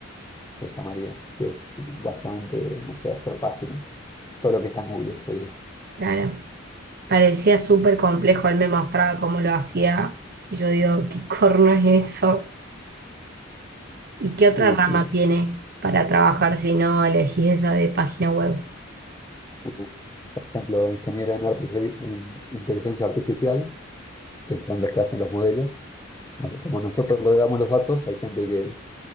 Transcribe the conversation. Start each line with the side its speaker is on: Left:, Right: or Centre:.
Left: se llamaría, que es básicamente, no sé, hacer páginas, todo lo que está en Google sería.
Right: Claro, parecía súper complejo. Él me mostraba cómo lo hacía y yo digo, ¿qué corno es eso? ¿Y qué otra
Left: Y
Right: rama
Left: sí,
Right: tiene para trabajar si no elegís esa de página web?
Left: bueno, por ejemplo, ingeniero en, artifici- en inteligencia artificial, que son los que hacen los modelos. Bueno, como nosotros le damos los datos, hay gente que